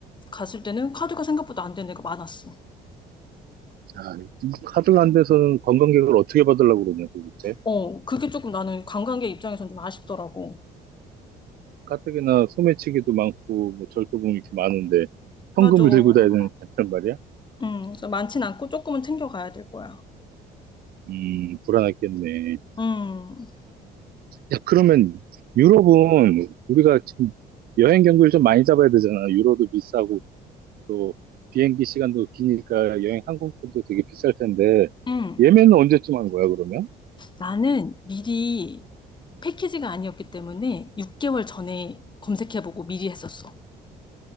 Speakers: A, on the left; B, on the right.
A: 갔을 때는 카드가 생각보다 안 되는 데가 많았어.
B: 야, 이 카드가 안 돼서는 관광객을 어떻게 받으려고 그러냐, 도대체?
A: 어, 그게 조금 나는 관광객 입장에선 좀 아쉽더라고.
B: 가뜩이나 소매치기도 많고, 뭐, 절도범이 이렇게 많은데,
A: 맞아.
B: 현금을 들고 다니는 단 말이야.
A: 음, 그래서 많진 않고 조금은 챙겨가야 될 거야.
B: 음, 불안했겠네.
A: 음,
B: 야, 그러면 유럽은 우리가 지금 여행 경비를 좀 많이 잡아야 되잖아. 유로도 비싸고 또 비행기 시간도 기니까 여행 항공권도 되게 비쌀 텐데
A: 음.
B: 예매는 언제쯤 하는 거야, 그러면?
A: 나는 미리 패키지가 아니었기 때문에 6개월 전에 검색해보고 미리 했었어.